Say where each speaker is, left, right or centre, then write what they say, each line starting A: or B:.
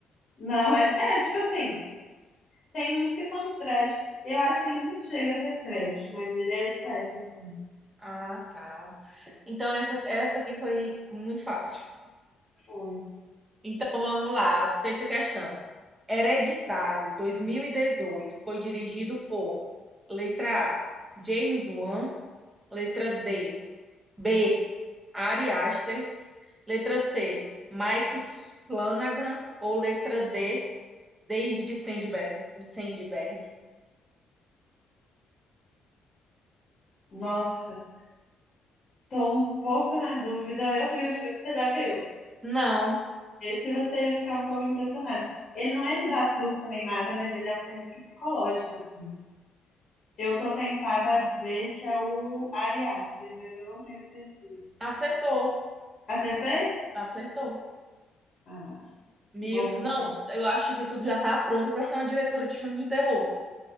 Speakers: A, on the left; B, on the right.
A: não, é, é, tipo assim, tem uns que são trash. Eu acho que ele não chega a ser trash, mas ele é slasher, sim.
B: Ah, tá. Então essa, essa aqui foi muito fácil.
A: Foi.
B: Então vamos lá, sexta questão. Hereditário 2018, foi dirigido por letra A, James Wan, letra D, B, Ari Aster, Letra C, Mike Flanagan. Ou letra D, David Sandberg. Sandberg.
A: Nossa, tô um pouco na dúvida. Eu vi o filme, você já viu?
B: Não,
A: Esse você ia ficar um pouco impressionado. Ele não é de dar susto nem nada, mas ele é um terror psicológico, assim. Eu tô tentada a dizer que é o Ari Aster, mas eu não tenho certeza.
B: acertou.
A: Acertei?
B: Acertou.
A: Ah, que
B: Mil...
A: bom, então.
B: Não, eu acho que tudo já tá pronto para ser uma diretora de filme de terror.